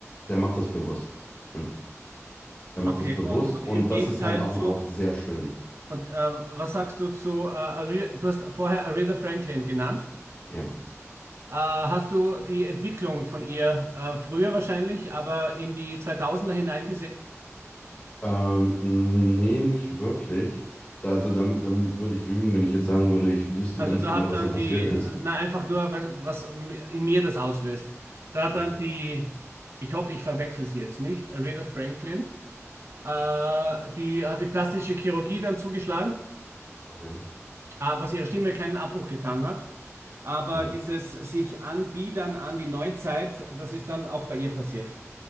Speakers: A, on the left; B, on the right.
A: Der macht das bewusst. Ja, er macht
B: okay,
A: das bewusst
B: und, und
A: und
B: im Gegenteil
A: das ist halt auch,
B: zu,
A: auch sehr schön.
B: und äh, was sagst du zu, äh, Ari- du hast vorher Aretha Franklin genannt?
A: Ja.
B: Äh, hast du die Entwicklung von ihr äh, früher wahrscheinlich, aber in die 2000er hinein
A: Ähm, nee, nicht wirklich. Also dann, dann würde ich lügen, wenn ich jetzt sagen würde, ich wüsste
B: Also
A: ganz
B: da
A: genau,
B: hat
A: was
B: dann
A: da passiert
B: die,
A: ist.
B: äh, na einfach nur, was, was in mir das auslöst. Da hat
A: Okay,
B: dann die, ich hoffe, ich verwechsel sie jetzt nicht, Aretha Franklin, äh, die hat die plastische Chirurgie dann zugeschlagen,
A: okay.
B: äh, was ihrer Stimme keinen Abbruch getan hat. Aber
A: Mhm.
B: dieses sich anbiedern an die Neuzeit, das ist dann auch bei ihr passiert.